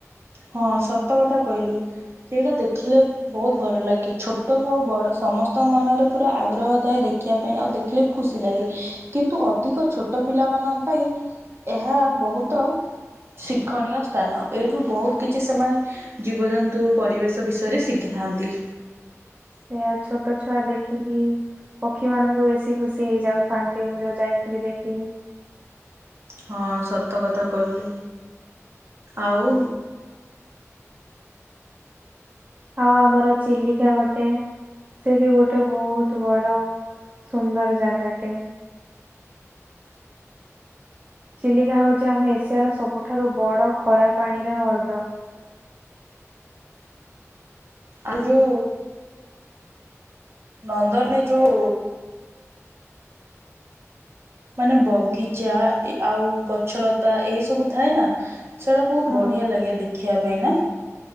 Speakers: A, on the right (about 50°); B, on the right (about 30°).
A: ହଁ ସତ କଥା କହିଲୁ ସେଇଟା ଦେଖିଲେ ବହୁତ ଭଲ ଲାଗେ। ଛୋଟ ଆଉ ବଡ଼ ସମସ୍ତଙ୍କ ମନରେ ପୁରା ଆଗ୍ରହ ଥାଏ ଦେଖିବା ପାଇଁ। ଆଉ ଖାଲି ଖୁସି ଲାଗେ କିନ୍ତୁ ଅଧିକ ଛୋଟ ପିଲାମାନଙ୍କ ପାଇଁ ଏହା ବହୁତ ଶିକ୍ଷଣୀୟ ସ୍ଥାନ ଏଇଠୁ ବହୁତ ଯେ ସେମାନେ ଜୀବଜନ୍ତୁ ପରିବେଶ ବିଷୟରେ ଶିଖିଥାନ୍ତି।
B: ସେୟା ଛୋଟ ଛୁଆ ଦେଖିକି ପକ୍ଷୀ ମାନଙ୍କୁ ବେଶୀ ଖୁସି ହେଇଯାଉଥାନ୍ତି ମୁଁ ଯୋଉ ଯାଇଥିଲି ଦେଖିକି।
A: ହଁ ସତ କଥା କହିଲୁ ଆଉ
B: ଆଉ ଆମର ଚିଲିକା ଗୋଟେ। ସେ ବି ଗୋଟେ ବହୁତ ବଡ ସୁନ୍ଦର ଯାଗାଟେ। ଚିଲିକା ହଉଛି ଆମ ଏସିଆର ସବୁଠାରୁ ବଡ ଖରା ପାଣିର ହ୍ରଦ।
A: ଆଉ ଯୋଉ ନନ୍ଦନରେ ଯୋଉ ମାନେ ବଗିଚା ଆଉ ଗଛଲତା ଏଇ ସବୁ ଥାଏନା। ସେଇଟା ବହୁତ
B: ହଁ
A: ବଢିଆ ଲାଗେ ଦେଖିବା ପାଇଁ ନା।